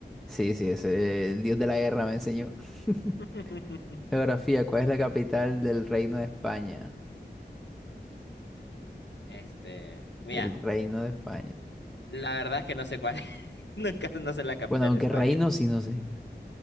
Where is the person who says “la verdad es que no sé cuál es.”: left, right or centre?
Left